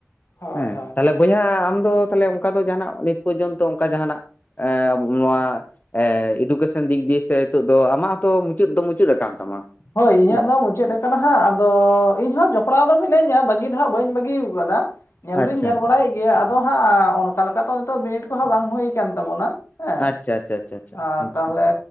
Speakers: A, on the left; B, on the left.
A: ᱦᱳᱭ
B: ᱦᱮᱸ
A: ᱦᱳᱭ
B: ᱛᱟᱞᱦᱮ
A: ᱦᱳᱭ
B: ᱵᱚᱭᱦᱟ ᱟᱢ ᱫᱚ ᱛᱟᱞᱦᱮ ᱚᱱᱠᱟ ᱫᱚ ᱡᱟᱦᱟᱱᱟᱜ ᱱᱤᱛ ᱯᱚᱨᱡᱚᱱᱛᱚ ᱚᱱᱠᱟ ᱡᱟᱦᱟᱱᱟᱜ ᱮ ᱟᱵᱚ ᱱᱚᱣᱟ ᱮ ᱮᱰᱩᱼᱼ ᱠᱮᱥᱚᱱ ᱫᱤᱠ ᱫᱤᱭᱮ ᱥᱮ ᱱᱤᱛᱚᱜ ᱫᱚ ᱟᱢᱟᱜ ᱦᱚᱸᱛᱚ ᱢᱩᱪᱟᱹᱫ ᱫᱚ ᱢᱩᱪᱟᱹᱫ ᱟᱠᱟᱱ ᱛᱟᱢᱟ
A: ᱦᱳᱭ ᱤᱧᱟᱹᱜ
B: ᱦᱮᱸ
A: ᱫᱚ ᱢᱩᱪᱟᱹᱫ ᱟᱠᱟᱱᱟ ᱦᱟᱸᱜ ᱟᱫᱚ ᱤᱧ ᱦᱚᱸ ᱡᱚᱯᱲᱟᱣ ᱫᱚ ᱢᱤᱱᱟᱹᱧᱟ ᱵᱟᱹᱜᱤ ᱫᱚ ᱦᱟᱸᱜ ᱵᱟᱹᱧ ᱵᱟᱹᱜᱤ ᱟᱠᱟᱫᱟ ᱧᱮᱞ ᱫᱩᱧ
B: ᱟᱪᱪᱷᱟ
A: ᱧᱮᱞ ᱵᱟᱲᱟᱭᱮᱫ ᱜᱮᱭᱟ ᱟᱫᱚ ᱦᱟᱸᱜ ᱚᱱᱠᱟ ᱞᱮᱠᱟ ᱛᱚ ᱱᱤᱛᱚᱜ ᱵᱤᱱᱤᱰ ᱠᱚᱦᱚᱸ ᱵᱟᱝ ᱦᱩᱭ ᱠᱟᱱ ᱛᱟᱵᱚᱱᱟ ᱦᱮᱸ
B: ᱟᱪᱪᱷᱟ ᱟᱪᱪᱷᱟ ᱟᱪᱪᱷᱟ ᱟᱪᱪᱷᱟ
A: ᱟᱨ
B: ᱟᱪᱪᱷᱟ
A: ᱛᱟᱦᱚᱞᱮ